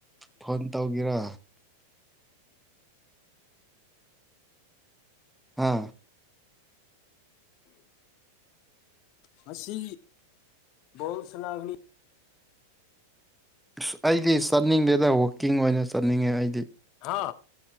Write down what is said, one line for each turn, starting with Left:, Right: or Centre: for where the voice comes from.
Centre: ꯐꯣꯟ ꯇꯧꯒꯦꯔ ꯍꯥ
Left: ꯉꯁꯤ ꯕꯣꯜ ꯁꯅꯥꯒꯅꯤ
Centre: ꯑꯁ ꯑꯩꯗꯤ ꯆꯠꯅꯤꯡꯗꯦꯗ ꯋꯥꯛꯀꯤꯡ ꯑꯣꯏꯅ ꯆꯠꯅꯤꯡꯉꯦ ꯑꯩꯗꯤ
Left: ꯍꯥ